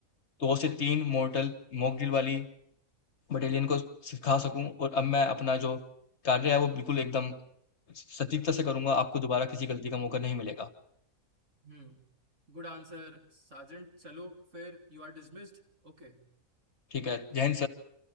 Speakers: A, on the left (about 55°); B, on the right (about 55°).
A: दो से तीन मोर्टल मॉक ड्रिल वाली बटालियन को सिखा सकूँ और अब मैं अपना जो कार्य है वो बिल्कुल एकदम सटीकता से करूँगा, आपको दोबारा किसी गलती का मौका नहीं मिलेगा।
B: हम्म गुड आंसर साजन चलो फिर यू आर डिसमिस्ड ओके
A: ठीक है, जय हिंद